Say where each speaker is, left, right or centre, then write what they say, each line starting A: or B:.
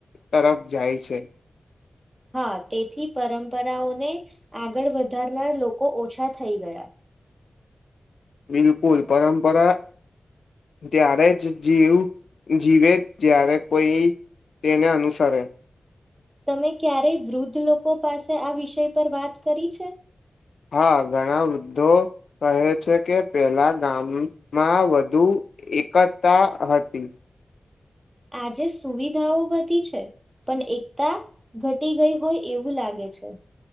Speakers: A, on the left; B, on the right.
A: તરફ જાય છે.
B: હા તેથી પરંપરાઓને આગળ વધારનાર લોકો ઓછા થઈ ગયા.
A: બિલકુલ પરંપરા ત્યારે જ જીવ જીવે જ્યારે કોઈ તેને અનુસરે
B: તમે ક્યારેય વૃદ્ધ લોકો પાસે આ વિષય પર વાત કરી છે.
A: હા ઘણા વૃદ્ધો કહે છે કે પેલા ગામમાં વધુ એકતા હતી.
B: આજે સુવિધાઓ વધી છે પણ એકતા ઘટી ગઈ હોય એવું લાગે છે.